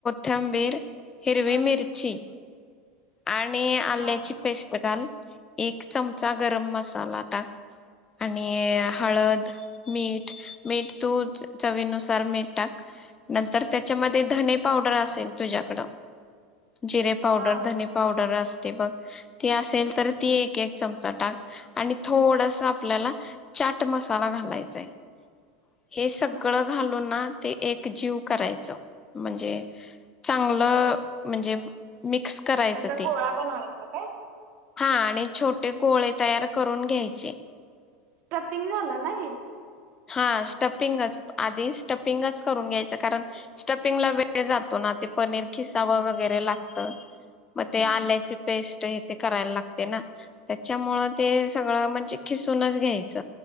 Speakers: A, on the left (about 25°); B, on the right (about 50°).
A: थंबेर हिरवी
B: बर
A: मिर्ची आणि आल्याची
B: हा
A: पेस्ट घाल एक चमचा गरम मसाला टाक आणि हळद मीठ मीठ तू चवीनुसार मीठ टाक नंतर त्याच्यामध्ये धणे पावडर असेल तुझ्याकड जिरे पावडर
B: हा
A: धने असतय बघ ते असेल तर ती एक एक चमचा टाक आणि थोडस आपल्याला चाट मसाला घालायचाय! हे सगळं
B: हम्म
A: घालून ना ते एक जीव करायचं म्हणजे चांगलं म्हणजे मिक्स करायच
B: त्याचा
A: ते
B: गोळा बनवायचा काय?
A: हा आणि छोटे गोळे तयार करून घ्यायचे
B: स्टपिंग झालं नाही
A: हा स्टपिंगच आधी स्टपिंगच करून घ्यायचं कारण स्टपिंगला वेळ जातो ना ते पनीर खिसावं वगैरे लागतं मे
B: हम्म
A: आ लाची पेस्ट करायला लागते ना त्याच्यामुळे ते सगळ म्हणजे खिूनच घ्यायच